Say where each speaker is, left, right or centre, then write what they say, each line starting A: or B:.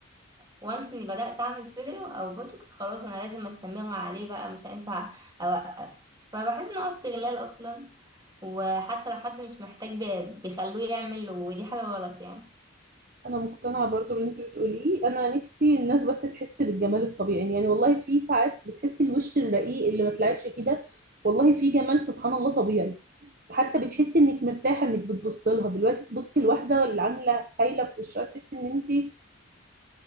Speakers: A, on the right; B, on the right.
A: وانس اني بدات اعمل فيلر او بوتوكس خلاص انا لازم استمر عليه بقى مش هينفع اوقف فبحس ان هو استغلال اصلا وحتى لو حد مش محتاج بي- بيخلوه يعمل ودي حاجه غلط يعني
B: انا مقتنعه برضو باللي انت بتقوليه انا نفسي الناس بس تحس بالجمال الطبيعي يعني والله في ساعات بتحسي الوش الرقيق اللي ما تلعبش فيه ده والله في جمال سبحان الله طبيعي حتى بتحسي انك مرتاحه انك بتبص لها دلوقتي تبصي لواحده اللي عامله خايله في وشها تحسي ان انت